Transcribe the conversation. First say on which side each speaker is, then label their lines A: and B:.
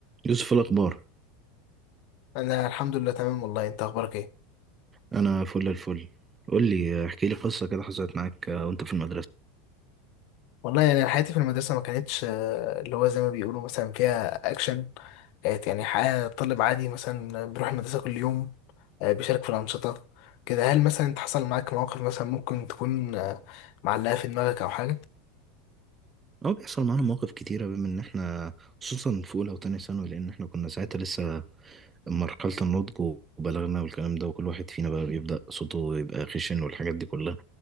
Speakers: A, on the right; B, on the left.
A: يوسف الأخبار
B: انا الحمد لله تمام والله انت اخبارك ايه
A: أنا فل الفل قول لي احكي لي قصة كده حصلت معاك آه، وأنت في المدرسة
B: والله يعني أنا حياتي في المدرسه ما كانتش آه، اللي هو زي ما بيقولوا مثلا فيها اكشن كانت يعني حياه طالب عادي مثلا بيروح المدرسه كل يوم آه، بيشارك في الانشطه كده هل مثلا انت حصل معاك مواقف مثلا ممكن تكون آه، معلقه في دماغك او حاجه
A: أو بيحصل معانا مواقف كتيرة بما إن إحنا خصوصا في أولى وتانية ثانوي لأن إحنا كنا ساعتها لسه مرحلة النضج وبلغنا والكلام ده وكل واحد فينا بقى بيبدأ صوته يبقى خشن والحاجات دي كلها